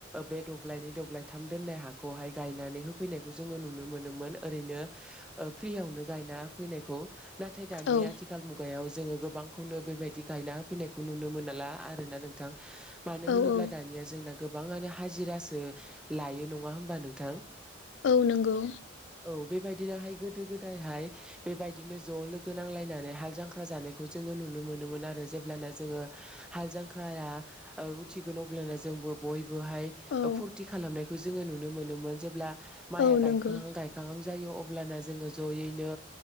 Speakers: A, in the centre; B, on the left.
A: बे दबलयनि द्लायथाम दनाय ह गनानै होैनाय ज नुनो ओैनो फनो गायना फैनाय नाथाय दानिया
B: औ
A: मुगायाव जोङो गोबांखौनो बेबायदि गायना हो फैनायखौ नुनो मोनाला आर ना नोंथां। मानो होनोब्ला
B: औ औ
A: दानिया जोंना गोबाङानो हाजिरासो लायो नङा होमबा नोंथां
B: औ नंगौ
A: औ बेबायदिनोहाय गोदो गोदायहाय बेबायदिनो ज' लोगो नांलायना बे हाल जांख्रा जानाय जोंहो नुनो मोनोमोन आरो जेब्लाना जोङो हाल जांख्राआ ओ थिगोन अब्लाना जोंबो बयबोहाय
B: औ
A: फुरथि खालामनायखौ जोङो नुनो मोनोमोन जेब्ला माइआ
B: औ नंगौ
A: गायखांहां गायखांहां जायो अब्लाना जोङो ज'यैनो